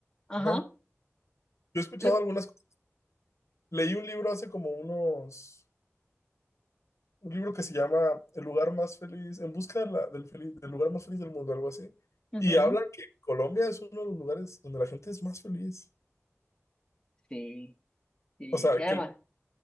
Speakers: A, on the left; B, on the left.
A: ajá,
B: ajá, yo he escuchado
A: lo,
B: algunas cosas. Leí un libro hace como unos, un libro que se llama El lugar más feliz, en busca de la- del, feliz, del lugar más feliz del mundo, algo así.
A: ujú,
B: Y habla que Colombia es uno de los lugares donde la gente es más feliz.
A: sí, sí,
B: O sea,
A: sí, además,
B: que,